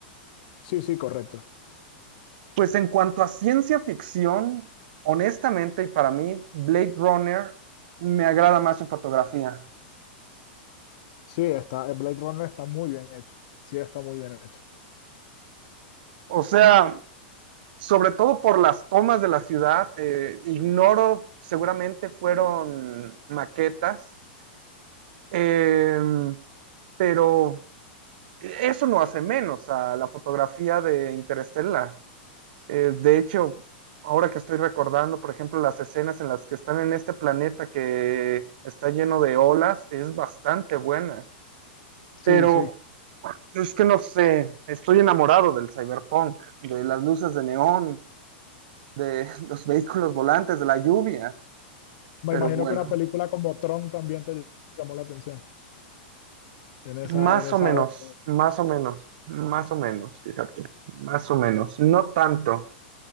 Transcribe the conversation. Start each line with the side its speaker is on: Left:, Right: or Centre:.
Left: Sí, sí, correcto.
Right: Pues en cuanto a ciencia ficción, honestamente, y para mí, Blade Runner me agrada más su fotografía.
Left: Sí, está, el Blade Runner está muy bien hecho. Sí, está muy bien hecho.
Right: O sea, sobre todo por las tomas de la ciudad, eh, ignoro, seguramente fueron maquetas, eh, pero eso no hace menos a la fotografía de Interestelar. Eh, de hecho, ahora que estoy recordando, por ejemplo, las escenas en las que están en este planeta que está lleno de olas, es bastante buena.
Left: Sí,
Right: Pero
Left: sí.
Right: es que no sé, estoy enamorado del cyberpunk, de las luces de neón, de <laughs> los vehículos volantes, de la lluvia,
Left: Me
Right: pero
Left: imagino
Right: bueno,
Left: que una película como Tron también te llamó la atención en esa,
Right: más
Left: en esa
Right: o menos,
Left: onda.
Right: más o menos, más o menos, fíjate, más o menos, no tanto,